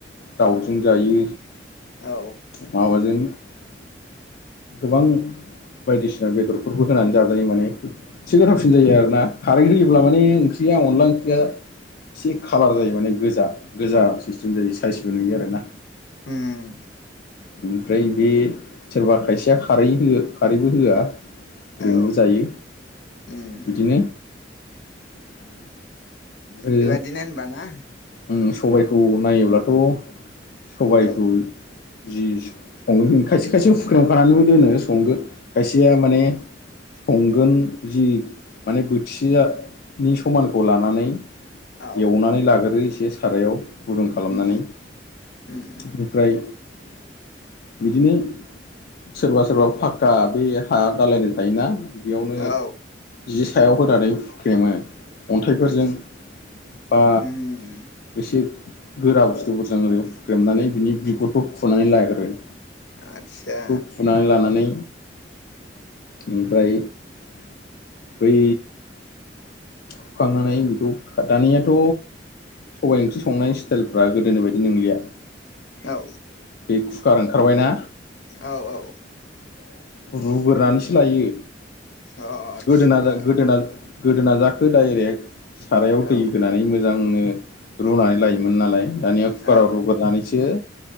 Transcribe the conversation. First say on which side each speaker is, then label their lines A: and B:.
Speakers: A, on the left; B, on the left.
A: दाउजों जायो।
B: औ
A: माबाजों गोबां बायदिसिना बेदर होनानै जाजायो माने एसे गोथावसिन जायो आरोना खारै होयोब्ला माने ओंख्रिया अनला ओं ख्रिया एसे खालार जायो माने गोजा। गोजा सिस्टेम जायो साइसबो नुयो आरो ना।
B: उम
A: ओमफ्राय बे सोरबा खायसेया खारै हो खारैबो होआ। ओरैनो
B: औ
A: जायो।
B: उम
A: बिदिनो ओ।
B: बेबादिनो होनबा ना
A: उम सबाइखौ नायोब्लाथ' सबाइखौ
B: औ
A: जि सं खायसे खायसे हुख्रेमखानानैबो दोनो संगो खायसेया माने संगोन जि माने बोथिसेया नि समानखौ लानानै
B: औ
A: एवनानै लागोरो एसे सारायाव। गुदुं खालामनानै
B: उम उम
A: बिनिफ्राय बिदिनो सोरबा सोरबा फाक्का बे हा दालालि थायोना बेयावनो
B: औ
A: जि सायाव होनानै हुख्रेमो। अन्थाइफोरजों
B: आदसा
A: बा
B: उम
A: एसे गोरा बुस्थुफोरजों ओरै हुख्रेमनानै बिनि बिगुरखौ खुनानै लाग्रोयो।
B: आदसा
A: खौ खुनानै लानानै बेनिफ्राय बै खुखांनानै बेखौ खा दानियाथ' सबाइ ओंख्रि संनाय स्टाइलफ्रा गोदोनि बायदि नोंलिया।
B: औ।
A: खुकार ओंखारबायना।
B: औ औ।
A: रुगोरनानैसो लायो।
B: अ अ आदसा।
A: गोदोना गोदोना गोदोना जाखो डाइरेक्ट सारायाव
B: औ
A: दै होनानै मोजांनो। रुनानै लायोमोन नालाय दानिया कुकाराव
B: औ
A: रुगोरनानैसो